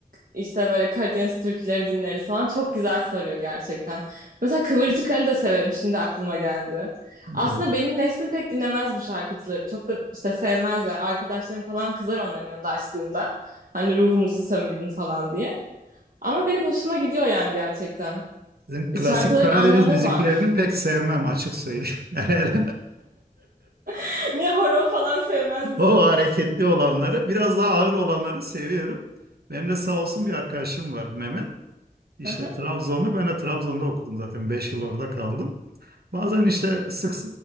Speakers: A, on the right (about 65°); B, on the right (about 85°).
A: İşte böyle Karadeniz türküleri dinleriz falan. Çok güzel sarıyor gerçekten. Mesela Kıvırcık Ali de severim. Şimdi aklıma geldi. Aslında
B: Doğru.
A: benim neslim pek dinlemez bu şarkıcıları. Çok da işte sevmezler. Arkadaşlarım falan kızar onların yanında açtığımda. Hani ruhumuzu sömürdün falan diye. Ama benim hoşuma gidiyor yani gerçekten.
B: Sizin
A: E,
B: klasik
A: Şarkıların
B: Karadeniz
A: anlamı
B: müziklerini
A: var.
B: pek sevmem açık söyleyeyim. <laughs> Yani hele
A: <laughs> Niye horon falan sevmez misiniz?
B: o hareketli olanları biraz daha ağır olanları seviyorum. Benim de sağ olsun bir arkadaşım var Mehmet. İşte
A: Hı hı.
B: Trabzonlu ben de Trabzon'da okudum zaten 5 yıl orada kaldım. Bazen işte sık